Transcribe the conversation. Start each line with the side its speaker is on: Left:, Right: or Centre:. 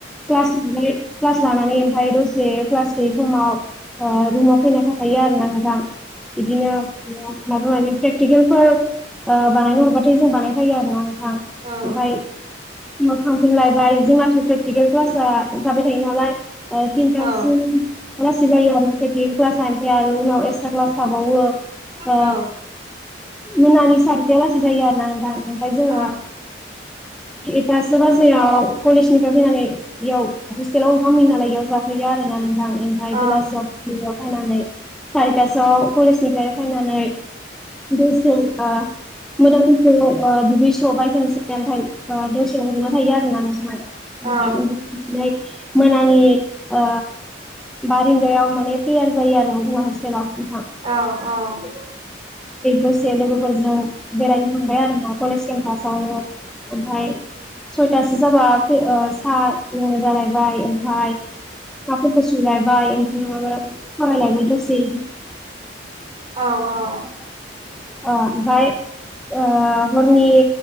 Centre: क्लासावलाय क्लास लानानै ओमफाय दसे क्लास गैयै समाव रुमाव फैना थाफैयो आरोना नोंथां। बिदिनो मायबा मायबि प्रेक्टिकेलफोर ओ बानायनो हरबाथाय जों बानायफायो आरोना नोंथां ओमफाय
Right: औ
Centre: उनाव थांफिनलायबाय जोंनााथ' प्रेकटिकेल क्लासा जाबाय थायो नालाय थिनथासिम
Right: औ
Centre: आ लासै जायो आरो क्ला एक्स क्लास थाबावो। ओ
Right: औ
Centre: मोनानि सारिथाया लासि जायो आरोना नोंथां। ओमफाय जोङो
Right: औ
Centre: एथासो बाजियाव कलेजनिफ्राय फैनानै एयाव हस्टेलाव ओंखाम होयो नालाय एयाव थाफैयो आरोना नोंथां एनिफाय
Right: औ
Centre: बेलासियाव फैनानै सारिता सोआव कलेजनिफ्राय फैनानै गोसोबा ओ मोदोमफोरखौ ओ दुगैस्रबाय खोनसेै ओमफाय दसे उन्दुना थायो आरोना नोंसोर ओमफाय
Right: औ
Centre: उन्दुनाय मोनानि ओ बारिंगायाव माने ख्लियार जायो आरोना जोंना हस्टेलाव नोंथां
Right: औ
Centre: दसे लोगोफोर जों बेरायनो थांबाय आरोना कलेज खेमफासाव ओमफाय सयथासो जाबा ओ साहा लोंनो जालायबाय ओमफाय काफफोरखौ सुलायबाय ओमफाय माबा फरायलायबाय दसे
Right: औ औ
Centre: अ ओमफाय ओ हरनि